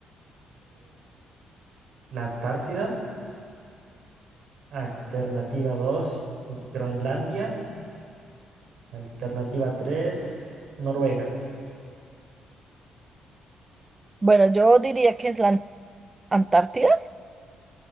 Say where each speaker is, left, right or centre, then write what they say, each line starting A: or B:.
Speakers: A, on the right; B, on the right.
A: la Antártida. Alternativa 2, Groenlandia. Alternativa 3, Noruega.
B: Bueno, yo diría que es la An- Antártida.